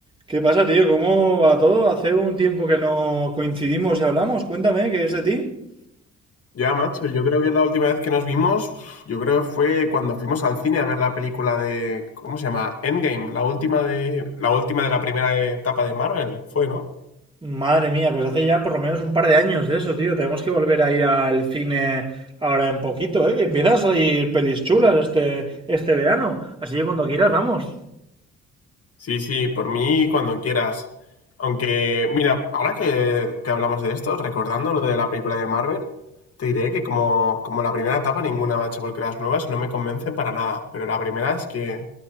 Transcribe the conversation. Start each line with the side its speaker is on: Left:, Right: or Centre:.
Right: ¿Qué pasa, tío? ¿Cómo va todo? Hace un tiempo que no coincidimos y hablamos. Cuéntame, ¿qué es de ti?
Left: Ya, macho, yo creo que la última vez que nos vimos, yo creo que fue cuando fuimos al cine a ver la película de, ¿cómo se llama? Endgame, la última de, la última de la primera etapa de Marvel, fue, ¿no?
Right: Madre mía, pues hace ya por lo menos un par de años de eso, tío. Tenemos que volver a ir al cine ahora en poquito, ¿eh? Que empiezan a salir pelis chulas este, este verano. Así que cuando quieras, vamos.
Left: Sí, sí, por mí cuando quieras. Aunque, mira, ahora que, que hablamos de esto, recordando lo de la película de Marvel, te diré que como, como la primera etapa ninguna, macho, porque las nuevas no me convencen para nada. Pero la primera es que